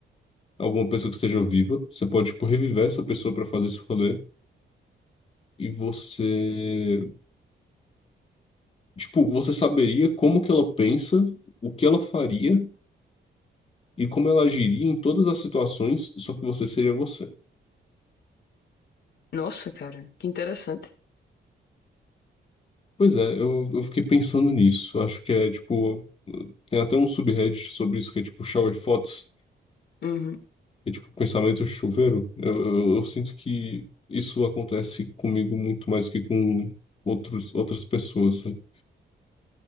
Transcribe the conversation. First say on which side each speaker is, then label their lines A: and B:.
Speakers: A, on the left (about 30°); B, on the left (about 65°).
A: alguma pessoa que esteja viva. Você pode, tipo, reviver essa pessoa pra fazer esse rolê. E você, tipo, você saberia como que ela pensa, o que ela faria e como ela agiria em todas as situações, só que você seria você.
B: Nossa, cara, que interessante.
A: Pois é, eu, eu fiquei pensando nisso. Acho que é, tipo, tem até um subreddit sobre isso que é, tipo, shower thoughts,
B: Uhum,
A: que é, tipo, pensamento chuveiro. Eu, eu, eu sinto que isso acontece comigo muito mais que com outros, outras pessoas, sabe?